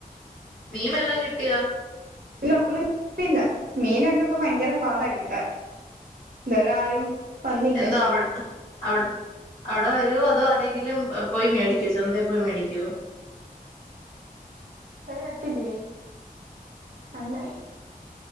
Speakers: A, on the left (about 55°); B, on the right (about 70°).
A: മീൻ വല്ലോം കിട്ടിയോ
B: ഇല്ല ഒന്നും കിട്ടിയില്ല മീനൊക്കെ കിട്ടാൻ ഭയങ്കര പാടാണ് കിട്ടാൻ ഇതെരെ ആരും വന്നില്ല
A: എന്തോ അവിടുത് അവി അവിടെ വരുവോ അതേങ്കിലും പോയി മേടിക്കോ ചന്തെ പോയി മേടിക്കോ
B: പ്പഴും വരത്തില്ലേ നന്നായി